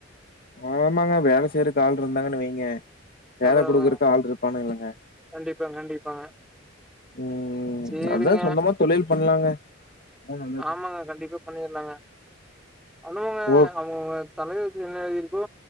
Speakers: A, on the left; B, in the centre.
A: ஆமாங்க வேல செய்றக்கு ஆள் இருந்தாங்கன்னு வைங்க வேல
B: அதா அதா
A: குடுக்கறக்கு ஆள் இருப்பானு இல்லங்க
B: கண்டிப்பாங்க கண்டிப்பாங்க
A: ம் ம்
B: சேரிங்க
A: அதுதா சொந்தமா தொழில் பண்ணலாங்க அதான் நல்லது
B: ஆமாங்க கண்டிப்பா பண்ணிட்லாங்க அனுவங்க
A: ஓ
B: அவங்கங்க தலையெழுத்து என்ன எழுதிருக்கோ